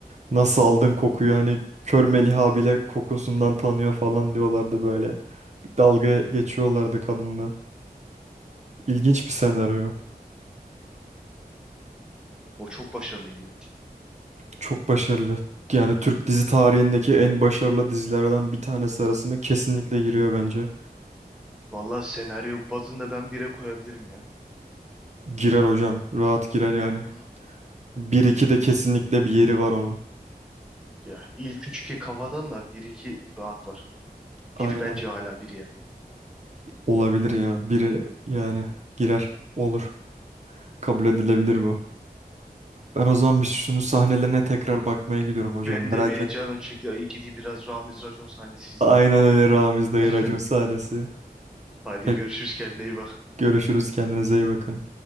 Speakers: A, on the right; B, in the centre.
A: Nasıl aldın kokuyu hani kör Meliha bile kokusundan tanıyor falan diyorlardı böyle. Dalga geçiyorlardı kadınla. İlginç bir senaryo.
B: O çok başarılıydı ya.
A: Çok başarılı. Yani Türk dizi tarihindeki en başarılı dizilerden bir tanesi arasında kesinlikle giriyor bence.
B: Valla senaryo bazında ben bire koyabilirim ya.
A: Girer hocam. Rahat girer yani.
B: Hı.
A: Bir iki de kesinlikle bir yeri var onun.
B: Ya ilk üç ki kafadan da bir iki rahat var.
A: Aynen.
B: Biri bence hala biri yani.
A: Olabilir ya. Biri yani girer. Olur. Kabul edilebilir bu. Ben o zaman bir şunu sahnelerine tekrar bakmaya gidiyorum hocam.
B: Ben
A: Merak
B: de bir
A: ettim.
B: canım çekti. Ay gideyim biraz Ramiz Racon sahnesi izleyeyim.
A: Aynen öyle Ramiz Dayı
B: <laughs>
A: racon sahnesi.
B: Haydi
A: Pek
B: görüşürüz kendine iyi bak.
A: görüşürüz. Kendinize iyi bakın.